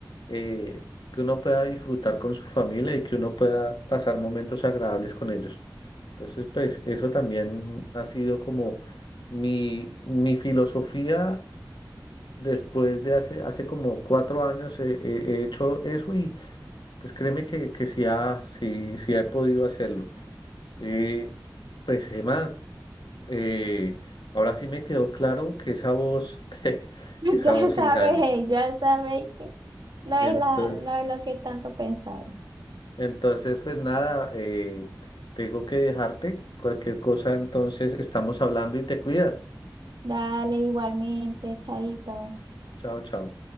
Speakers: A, on the left (about 75°); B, on the right (about 70°).
A: eh, que uno pueda disfrutar con su familia y que uno pueda pasar momentos agradables con ellos. Entonces, pues eso también ha sido como mi, mi filosofía después de hace, hace como cuatro años eh, eh, he, hecho eso y pues créeme que, que sí, ha, sí, sí he podido hacerlo. Eh, pues Emma eh, ahora sí me quedó claro que esa voz, <laughs> esa
B: Ya
A: voz
B: sabes,
A: engaña.
B: ya sabéis que no
A: Entonces,
B: es la, no es lo que tanto pensáis.
A: entonces pues nada, eh, tengo que dejarte. Cualquier cosa, entonces estamos hablando y te cuidas.
B: Dale igualmente, chaito.
A: Chao, chao.